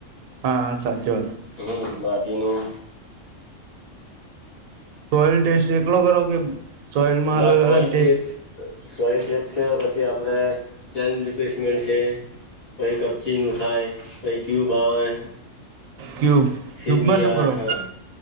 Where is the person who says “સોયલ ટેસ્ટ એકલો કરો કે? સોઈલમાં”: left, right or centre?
Right